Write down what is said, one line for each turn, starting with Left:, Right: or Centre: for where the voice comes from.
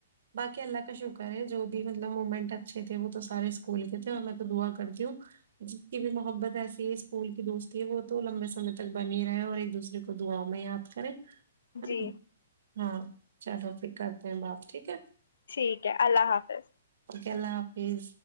Right: باقی اللہ کا شکر ہے جو بھی مطلب مومنٹ اچھے تھے وہ تو سارے اسکول کے تھے اور میں تو دعا کرتی ہوں جس کی بھی محبت ایسی ہے اسکول کی دوستی ہے وہ تو لمبے سمے تک بنی ہی رہے اور ایک دوسرے کو داؤں میں یاد کریں ہے
Left: جی
Right: نا ہاں چلو پھر کرتے ہیں بات ٹھیک ہے
Left: ٹھیک ہے اللہ حافظ
Right: کے ال حافظ